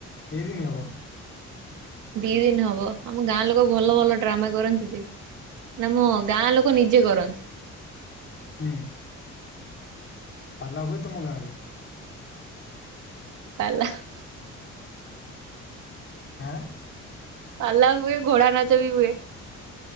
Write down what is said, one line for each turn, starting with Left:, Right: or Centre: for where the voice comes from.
Left: କେତେଦିନ ହେବ?
Right: ଦି ଦିନ ହବ ଆମ ଗାଁ ଲୋକ ଭଲ ଭଲ ଡ୍ରାମା କରନ୍ତି ଯେ ଆମ ଗାଁ ଲୋକ ନିଜେ କରନ୍ତି।
Left: ହୁଁ। ପାଲା ହୁଏ ତମ ଗାଁରେ?
Right: ପାଲା ହେଁ।
Left: ଆଁ
Right: ପାଲା ହୁଏ ଘୋଡ଼ା ନାଚ ବି ହୁଏ।